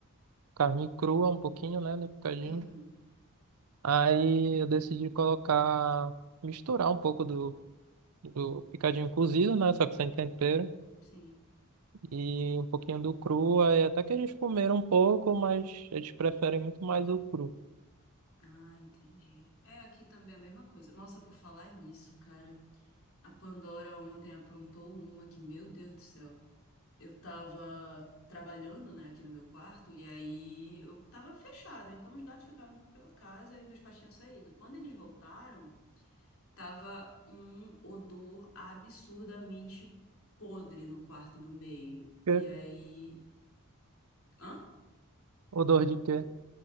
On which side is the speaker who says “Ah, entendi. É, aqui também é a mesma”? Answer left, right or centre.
Left